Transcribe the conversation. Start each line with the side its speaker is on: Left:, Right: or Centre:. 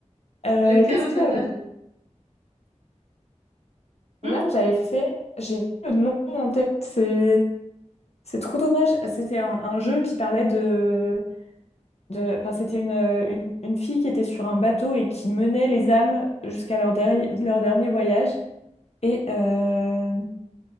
Left: Euh,
Right: Le chaos
Left: qu'est-ce qu'il
Right: total.
Left: y avait
Right: Hmm
Left: de bien que j'avais fait? J'ai le nom en tête, c'est c'est trop dommage. C'était un, un jeu qui parlait de de- enfin, c'était une, euh, une, une fille qui était sur un bateau et qui menait les âmes jusqu'à leur, derri- leur dernier voyage. Et euh,